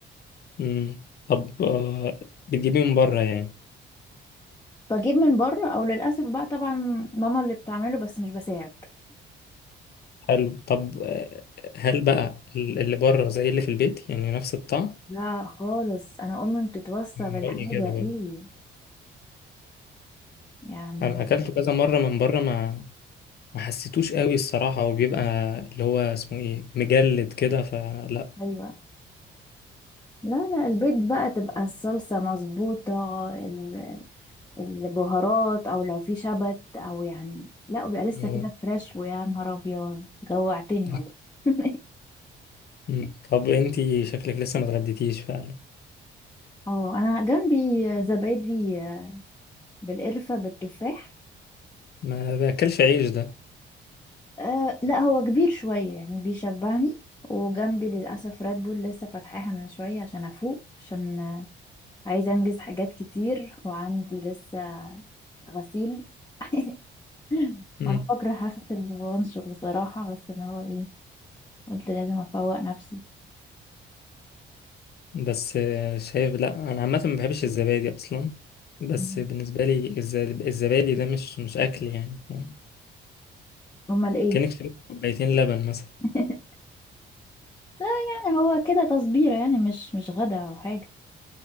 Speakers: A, on the left; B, on the left.
A: امم طب آه بتجيبيه من بره يعني
B: بجيب من بره او للاسف بقى طبعا ماما اللي بتعمله بس مش بساعد
A: حلو طب آه هل بقى ال- اللي بره زي اللي في البيت يعني نفس الطعم
B: لا خالص انا امي بتتوصى
A: من
B: بالحاجه
A: رأيي كده برضه
B: ايه يعني
A: انا اكلته كذا مرة من بره ما ما حسيتوش قوي الصراحة وبيبقى اللي هو اسمه ايه مجلد كده فلا
B: ايوه لا لا البيت بقى تبقى الصلصه مظبوطه ال- البهارات او لو في شبت او يعني لا وبيبقى لسه
A: مم.
B: كده فريش ويا نهار ابيض جوعتني
A: <laughs>
B: والله <laughs>
A: مم. طب انتي شكلك لسه ما اتغديتيش فعلا
B: اه انا جنبي زبادي بالقرفه بالتفاح
A: ما باكلش عيش
B: أه لا هو كبير شوية يعني بيشبعني وجنبي للأسف راد بول لسه فاتحاها من شوية عشان أفوق عشان آه، عايزة أنجز حاجات كتير وعندي لسه غسيل <laughs>
A: ده
B: وأنا بكره هغسل وأنشر بصراحة بس اللي هو إيه قلت لازم أفوق نفسي
A: بس آه، شايف لا انا عامه ما بحبش الزبادي اصلا بس
B: مم.
A: بالنسبه لي الز- الزبادي ده مش مش اكل يعني فاهم؟
B: أمال إيه
A: كانك شربت كوبايتين لبن مثلا
B: <laughs> لا يعني هو كده تصبيرة يعني مش مش غدا أو حاجة